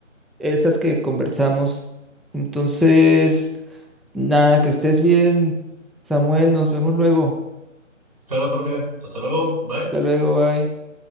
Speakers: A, in the centre; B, on the right.
A: esas que conversamos. Entonces, nada, que estés bien, Samuel. Nos vemos luego.
B: Claro, Jorge. Hasta luego. Bye.
A: Hasta luego, bye.